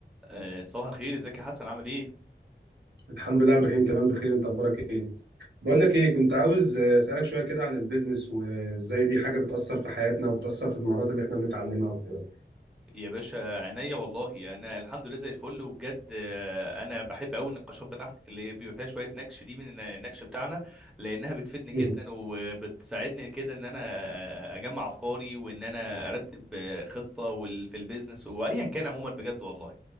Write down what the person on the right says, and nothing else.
الحمد لله يا عبد الرحيم تمام بخير انت اخبارك ايه بقول لك ايه كنت عاوز اسالك شويه كده عن البيزنس وازاي دي حاجه بتاثر في حياتنا وبتاثر في المهارات اللي احنا بنتعلمها وكده
<laughs>
مم.